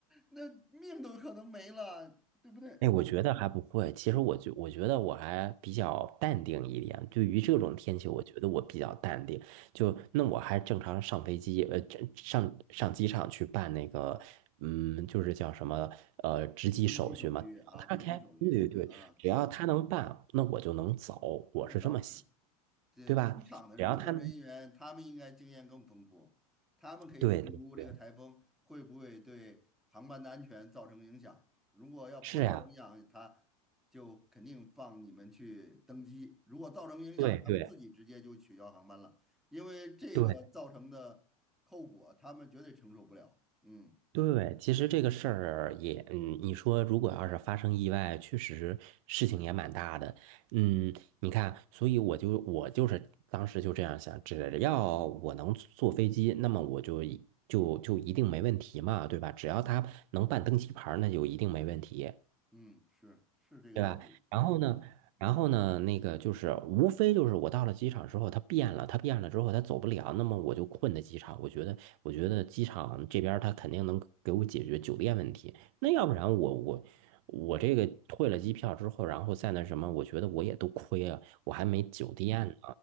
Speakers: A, in the centre; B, on the right.
A: 那那命都可能没了，对不对？
B: 哎，我觉得还不会。其实我觉我觉得我还比较淡定一点。对于这种天气，我觉得我比较淡定。就那我还正常上飞机，呃，这上上机场去办那个，嗯，就是叫什么，呃，值机手续嘛。
A: 登机手续啊，
B: 只要他开，
A: 值机手续啊，
B: 对对对，只要他能办，那我就能走。我是这么想，
A: 那倒是。这机场的工作人员，
B: 对吧？只要他能，
A: 他们应该经验更丰富，他们可以评估这个台风会不会对航班的安全造成影响。
B: 对对对，
A: 如果要不造成影响，
B: 是呀，
A: 他就肯定放你们去登机；如果造成影响，
B: 对对。
A: 他们自己直接就取消航班了，因为这个造成的后果他们绝对承受不了。
B: 对
A: 嗯
B: 对，其实这个事儿也，嗯，你说如果要是发生意外，确实事情也蛮大的，嗯，你看，所以我就我就是当时就这样想，只要我能坐飞机，那么我就就就一定没问题嘛，对吧？只要他能办登机牌儿那就一定没问题。
A: 嗯，是是这个道理，
B: 对吧？然后呢，
A: 对，
B: 然后呢，那个就是无非就是我到了机场之后，他变了，他变了之后他走不了，那么我就困在机场。我觉得，我觉得机场这边他肯定能给我解决酒店问题。那要不然我我我这个退了机票之后，然后再那什么，我觉得我也都亏了，我还没酒店呢。